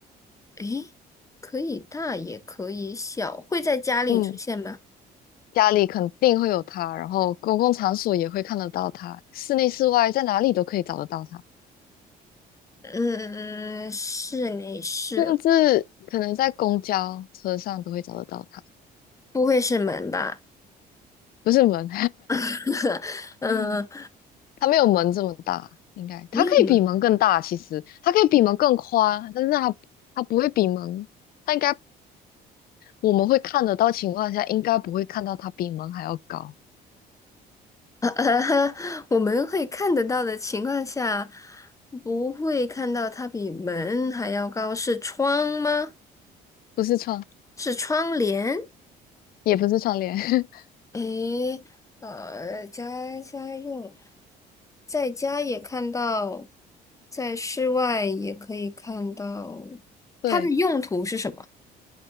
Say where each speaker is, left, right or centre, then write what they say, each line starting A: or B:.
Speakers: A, on the left; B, on the left.
A: 诶，可以大也可以小，会在家里出现吗？
B: 嗯，家里肯定会有它，然后公共场所也会看得到它，室内室外在哪里都可以找得到它，
A: 嗯，室内是，
B: 甚至可能在公交车上都会找得到它。
A: 不会是门吧？
B: 不是门，
A: <laughs>
B: <laughs>
A: 嗯，
B: 它没有门这么大，应该它可以比门更大，
A: 没有门。
B: 其实它可以比门更宽，但是它它不会比门。它应该我们会看得到情况下，应该不会看到它比门还要高，
A: <laughs> 我们会看得到的情况下，不会看到它比门还要高，是窗吗？
B: 不是窗，
A: 是窗帘？
B: 也不是窗帘。<laughs>
A: 诶，呃，家家用，在家也看到，在室外也可以看到，
B: 对，
A: 它的用途是什么？